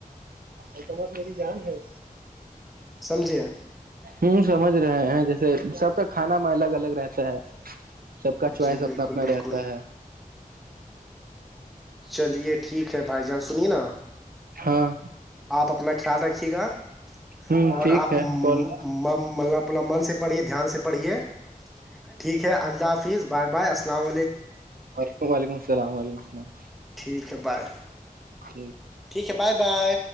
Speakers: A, on the right (about 85°); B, in the centre.
A: التمس میری جان ہے
B: سمجھے
A: ہوں سمجھ رہے ہیں جیسے سب کا کھانا میں الگ الگ رہتا ہے سب کا چوائس
B: جی
A: اپنا
B: بالکل
A: اپنا
B: بالکل
A: رہتا ہے
B: چلیے ٹھیک ہے بھائی جان سنیے نا
A: ہاں
B: آپ اپنا خیال رکھیے گا
A: ہ
B: اور
A: ٹھیک
B: آپ
A: ہے
B: مطلب
A: کال
B: اپنا من سے پڑھیے دھیان سے پڑھیے ٹھیک ہے اللہ حافظ بائے بائے اسلام
A: وعلیکم وعلیکم السلام وعلیکم السلام
B: ٹھیک ہے بائے
A: جی
B: ٹھیک ہے بائے بائے